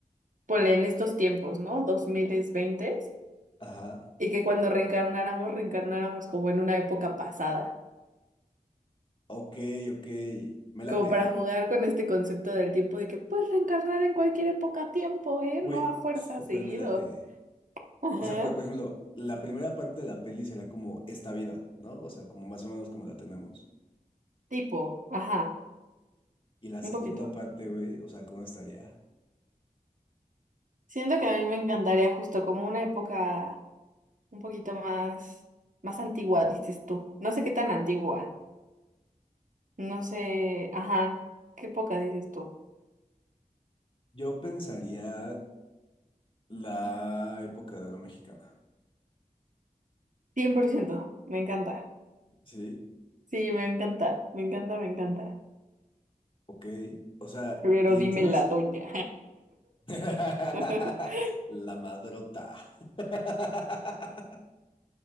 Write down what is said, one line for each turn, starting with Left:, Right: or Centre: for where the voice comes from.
Right: ponle en estos tiempos, ¿no? 2020
Left: Ajá.
Right: y que cuando reencarnáramos, reencarnáramos como en una época pasada,
Left: Ok, ok. Me late.
Right: como para jugar con este concepto del tiempo de que puedes reencarnar en cualquier época tiempo, ¿eh?
Left: Güey,
Right: No a fuerza
Left: súper
Right: seguido.
Left: me late.
Right: Ajá.
Left: O sea, pero por ejemplo, la primera parte de la peli será como esta vida, ¿no? O sea, como más o menos como la tenemos.
Right: Tipo, ajá,
Left: Y la segunda
Right: un poquito.
Left: parte, güey, o sea, ¿cómo estaría?
Right: Siento que a mí me encantaría justo como una época un poquito más, más antigua, dices tú. No sé qué tan antigua. No sé, ajá, qué poca dices tú.
Left: Yo pensaría La época de oro mexicana.
Right: cien por ciento me encanta.
Left: Sí,
Right: Sí, me encanta, me encanta, me encanta.
Left: ok. O sea,
Right: Pero
Left: y
Right: dime
Left: entonces.
Right: la doña.
Left: <laughs>
Right: <laughs>
Left: La madrota. <laughs>